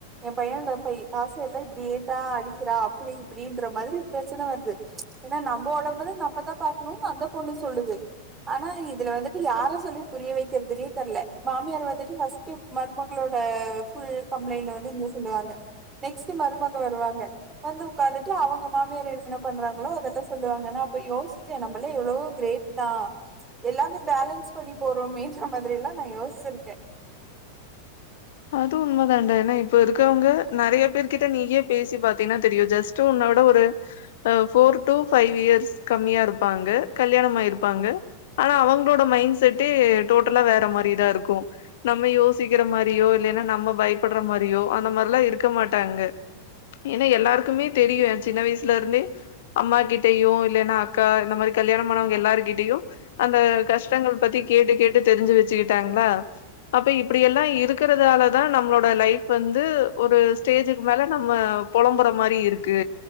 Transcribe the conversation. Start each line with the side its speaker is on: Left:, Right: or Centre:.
Right: என் பைய காச எல்லா இப்டியேதா அழிக்கிறா அப்டி இப்டின்ற மாரி பிரச்சனை வருது ஏன்னா நம்ப உடம்பத நம்மதான் பாக்கணும்னு அந்த பொண்ணு சொல்லுது ஆனா இதுல வந்துட்டு யார சொல்லி புரிய வைக்கிறதுனே தெர்ல மாமியார வந்துட்டு ஃப்ர்ஸ்ட் மருமகளோட ஃபுல் கம்ப்ளைண்ட்ல வந்து இங்க சொல்லுவாங்க நெக்ஸ்ட் மருமக வருவாங்க வந்து உக்காந்துட்டு அவங்க மாமியார் என்ன என்ன பண்றாங்களோ அதெல்லாம் சொல்லுவாங்க அப்ப நா யோசிச்சே நம்மள எவ்ளோ கிரேட் தான் எல்லாமே பேலன்ஸ் பண்ணி போறோமேன்ற மாதிரி எல்லாம் நான் யோசிச்சிருக்கேன்
Left: அது உண்மை தான்டா ஏனா இப்ப இருக்கவங்க நெறைய பேர் கிட்ட நீயே பேசி பாத்தீனா தெரியு ஜஸ்ட் டு உன்னோட ஒரு அ ஃபோர் டூ ஃபைவ் இயர்ஸ் கம்மியா இருப்பாங்க கல்யாணம் ஆயிருப்பாங்க ஆனா அவங்களோட மைண்ட் செட்டு டோட்டலா வேற மாரிதான் இருக்கும் நம்ம யோசிக்கிற மாரி யோ இல்லைன்னா நம்ம பயப்படுற மாரியோ அந்த மாரில்லாம் இருக்க மாட்டாங்க ஏன்னா எல்லாருக்குமே தெரியும் என் சின்ன வயசுலருந்தே அம்மா கிட்டயு இல்லைனா அக்கா இந்த மாரி கல்யாணமாணவங்க எல்லார்கிட்டயு அந்த கஷ்டங்கள் பத்தி கேட்டு கேட்டு தெரிஞ்சு வச்சுக்கிட்டாங்களா அப்ப இப்டியெல்லாம் இருக்கு இருக்குறதுனால தா நம்மளோட லைஃப் வந்து ஒரு ஸ்டேஜுக்கு மேல நம்ம பொலம்புற மாரி இருக்கு